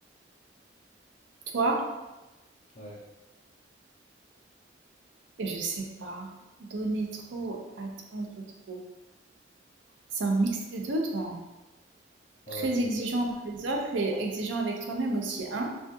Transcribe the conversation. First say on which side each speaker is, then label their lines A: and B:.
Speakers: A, on the right (about 80°); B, on the left (about 40°).
A: Toi,
B: Ouais,
A: et je sais pas, donner trop, attendre trop. C'est un mix des deux, toi. hein.
B: ouais,
A: Très
B: de ouf.
A: exigeant avec les autres et exigeant avec toi-même aussi, hein?